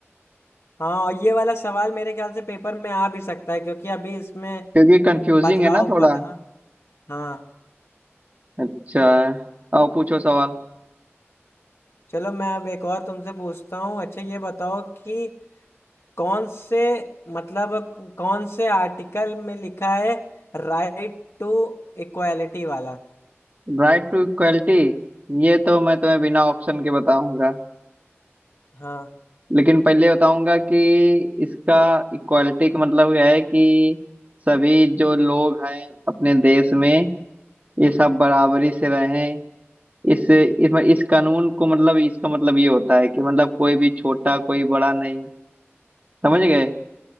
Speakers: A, on the left; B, on the right.
A: हाँ और ये वाला सवाल मेरे ख्याल से पेपर में आ भी सकता है क्योंकि अभी इसमें
B: क्योंकि
A: म,
B: कंफ्यूजिंग
A: बदलाव
B: है ना थोड़ा
A: हुआ था ना हाँ
B: अच्छा और पूछो सवाल
A: चलो मैं अब एक और तुमसे पूछता हूँ अच्छा ये बताओ कि कौन से मतलब कौन से आर्टिकल में लिखा है राइट टू इक्वालिटी वाला
B: Right to equality ये तो मैं तुम्हें बिना ऑप्शन के बताऊंगा
A: हाँ
B: लेकिन पहले बताऊंगा कि इसका इक्वलिटी का मतलब यह है कि सभी जो लोग हैं अपने देश में ये सब बराबरी से रहें इस इस, इस कानून को मतलब इसका मतलब ये होता है कि मतलब कोई भी छोटा कोई बड़ा नहीं समझ गए